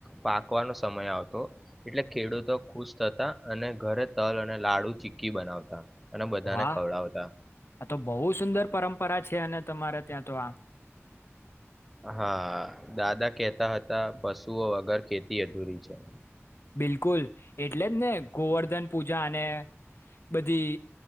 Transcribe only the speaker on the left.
વાહ,
આ તો બો સુંદર પરંમ પરા છે અને તમારે. ત્યાં તો આ
બિલકુલ, એટલે જ ને ગોવર્ધન પૂજા અને બધી